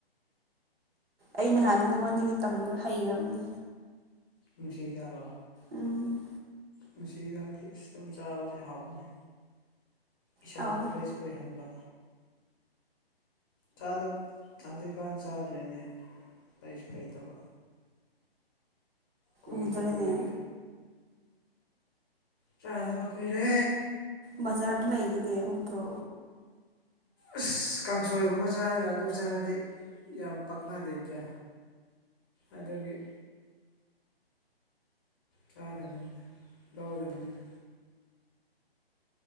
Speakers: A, on the right (about 65°); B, on the left (about 20°).
A: ꯑꯩ ꯅꯍꯥꯟ ꯅꯪꯉꯣꯟꯗꯒꯤ ꯇꯝꯔ ꯍꯩꯒ꯭ꯔꯝꯅꯤ
B: ꯅꯨꯡꯁꯤ ꯍꯤꯗꯥꯛꯂꯣ
A: ꯎꯝ
B: ꯅꯨꯡꯁꯤ ꯍꯨꯗꯥꯛꯇꯤ ꯑꯁ ꯇꯨꯝ ꯆꯥꯕꯁꯦ ꯍꯥꯎꯕꯅꯤ ꯏꯁꯥꯁꯨ
A: ꯍꯥꯎꯋꯦ
B: ꯐꯔ꯭ꯦꯁ ꯑꯣꯏꯍꯟꯕ ꯆꯥꯗꯕ ꯍꯧꯖꯤꯛꯀꯥꯟ ꯆꯥꯗ꯭ꯔꯦꯅꯦ ꯂꯩꯁꯨ ꯂꯩꯩꯇꯕ ꯀꯣꯏꯁꯨ
A: ꯎꯗ꯭ꯔꯅꯦ
B: ꯀꯨꯏꯔꯦ ꯆꯥꯗꯕ ꯀꯨꯏꯔꯦ
A: ꯕꯖꯥꯔꯗ ꯂꯩꯗꯨꯗꯤ ꯎꯗ꯭ꯔꯣ
B: ꯑꯁ ꯀꯥꯡꯁꯣꯏꯒꯨꯝꯕ ꯆꯥꯔꯒ ꯑꯗꯨ ꯆꯥꯔꯗꯤ ꯌꯥꯝ ꯄꯛꯅꯗꯦꯗ꯭ꯔꯥ ꯑꯗꯒꯤ ꯆꯥꯗꯕꯅꯤꯗ ꯂꯧꯗꯕꯅꯤꯗ